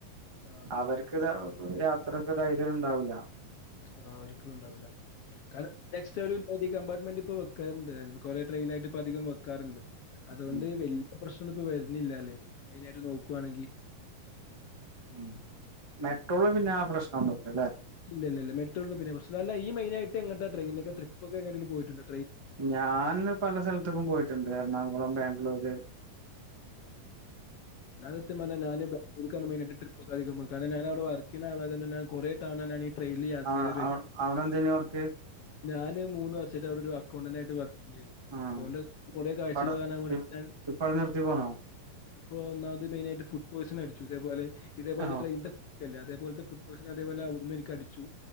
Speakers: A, on the left; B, on the right.
A: ആ അതെ
B: അവർക്ക്
A: അതെ.
B: ഇത യാത്രക്ക് ധൈര്യം ഉണ്ടാവുല്ല.
A: ആഹ ഒരിക്കലും ഉണ്ടാവുല്ല. കാരണം നെക്സ്റ്റ് ഒരു കമ്പാർട്ട്മെന്റ് ഇപ്പൊ വെക്കൽണ്ട്. കൊറേ ട്രെയിൻലായിട്ട് ഇപ്പ അധികം വെക്കാറുണ്ട്. അതോണ്ട്
B: ഉം
A: വല്യ പ്രശ്നൊന്നും ഇപ്പൊവരുന്നില്ല ല്ലെ മെയിനായിട്ട് നോക്കുവാണെങ്കി
B: ഉം മെട്രോള് പിന്നെ ആ പ്രശ്നൊന്നുല്ല ല്ലെ
A: ഇല്ല ഇല്ല മെട്രോലൊന്നും പ്രശ്നല്ല ഈ മെയിനായിട്ട് എങ്ങട്ടാ ട്രെയിൻ ലൊക്കെ ട്രിപ്പൊക്കെ എങ്ങട്ടെങ്കിലും പോയിട്ടുണ്ടൊ
B: ഞാന് പല സ്ഥലത്തേക്കും പോയിട്ടുണ്ട് എറണാകുളം ബാംഗ്ലൂര്
A: ആ ഞൻ സത്യം പറഞ്ഞ ഞാന്ബാഗ്ലൂർ മെയിനായിട്ട് ട്രിപ്പക്കെ അധികം പോയി കാരണം ഞാൻ അവിടെ വർക്കെയ്യുന്ന ആളായ തൊണ്ടെന്നെ ഞാന് കൊറേ തവണ നാനി ട്രെയിനിൽ യാത്ര
B: ആ
A: ചെയ്തൊരു വ്യക്തി
B: ആ അവിടെ എന്തേനു വർക്ക്?
A: ഞാന് മൂന്ന് വർഷത്തെ അവിടെ ഒരു അക്കൗണ്ടന്റ് ആയിട്ട് വർക്ക്
B: ആഹ്
A: അതുകൊണ്ട് കൊറെ കാഴ്ചകൾ
B: അവിടെ
A: കാണാൻ വേണ്ടിട്ട് ഞാൻ
B: ഇപ്പവിടെ നിർത്തി പോന്നോ?
A: ഇപ്പൊ ഒന്നാമത് മെയിനായിട്ട് ഫുഡ് പോയിസൺ അടിച്ചു. ഇതേപോലെ ഇതേപോലത്തെ
B: ആഹ്
A: ട്രെയിൻ ത്തെ അതേപോലത്തെ ഫുഡ് പോയിസൻ അതേപോലെ അവിടുന്ന് എനിക്ക്അടിച്ചു